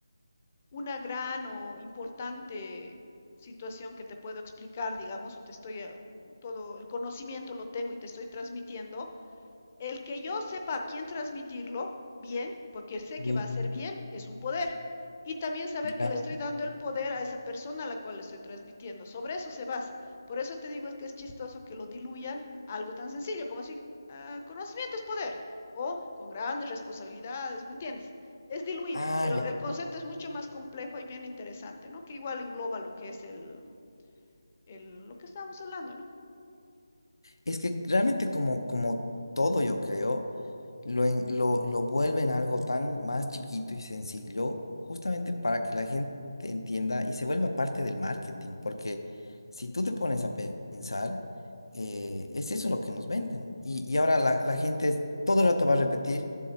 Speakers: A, on the left (about 25°); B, on the left (about 85°).
A: una gran o importante situación que te puedo explicar, digamos, o te estoy, eh, un- todo el conocimiento lo tengo y te estoy transmitiendo, el que yo sepa a quién transmitirlo, bien, porque sé
B: mm,
A: que va a ser bien, es un poder. Y también saber que
B: ya,
A: le estoy dando el poder a esa persona a la cual le estoy transmitiendo. Sobre eso se basa. Por eso te digo es que es chistoso que lo diluyan a algo tan sencillo como si uh, conocimiento es poder o con grandes responsabilidades, ¿me entiendes? Es diluido,
B: ah,
A: pero
B: ya.
A: el concepto es mucho más complejo y bien interesante, ¿no? Que igual engloba lo que es el, el lo que estábamos hablando, ¿no?
B: Es que realmente como, como todo, yo creo. lo, en- lo, lo vuelven algo tan más chiquito y sencillo, justamente para que la gente entienda y se vuelva parte del marketing, porque si tú te pones a pe- pensar, eh, es eso lo que nos venden. Y, y ahora la, la gente es- todo el rato va a repetir,